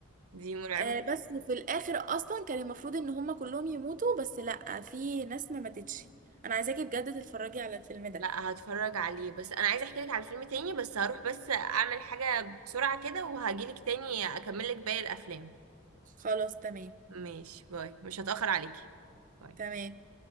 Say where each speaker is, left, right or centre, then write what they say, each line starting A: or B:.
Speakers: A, on the right; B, on the right.
A: دي مرعبة
B: آه بس في الاخر اصلا كان المفروض ان هم كلهم يموتوا بس لا في ناس ما ماتتش انا عايزاكي بجد تتفرجي على الفيلم ده
A: لا هتفرج عليه بس انا عايزه احكي لك على فيلم تاني بس هروح بس اعمل حاجة بسرعة كده وهجيلك تاني اكمل لك باقي الافلام
B: خلاص تمام
A: ماشي باي مش هتأخر عليكي باي
B: تمام